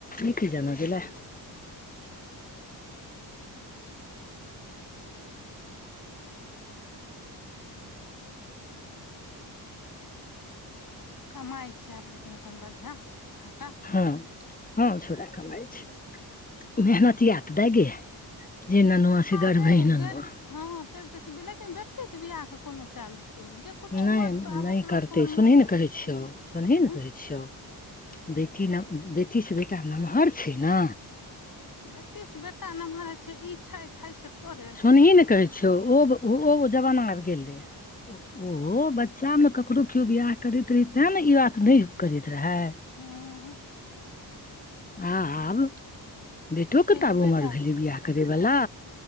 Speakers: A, on the left (about 20°); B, on the left (about 50°).
A: ई कियान गेलै
B: कमाइ छै आब लेकिन अपन बढ़िआं छोटा
A: हँ हँ छोड़ा कमाइ छै <inaudible> मेहनतिया दैय गे <inaudible> हे ननुआ से
B: आगे
A: गर्भ ननुआ
B: बेट हँ से तऽ लेकिन बेटी केँ बियाहकेँ कोनो चाल चूल नहि छै कोनो उमर
A: नै
B: तऽ आब
A: नै
B: ओकरो
A: करतै
B: कम
A: सुनही
B: नहि भेल
A: न कहै छियौ सुनही
B: ह
A: न कहै छियौ बेटी न बेटीसँ बेटा नमहर छै न
B: बेटीस बेटा नमहर होइ छै ई छै है छै थोड़े
A: सुनही न कहै छियौ ओ ओ जमाना आब गेलै ओ बच्चामे ककरो केओ बियाह करैत रहै तें न ई बात नहि करैत रहए
B: हँ <inaudible>
A: आब <inaudible> बेटो
B: पहिले
A: कऽ तऽ आब
B: बेटा
A: उमर भेलै बियाह करयवला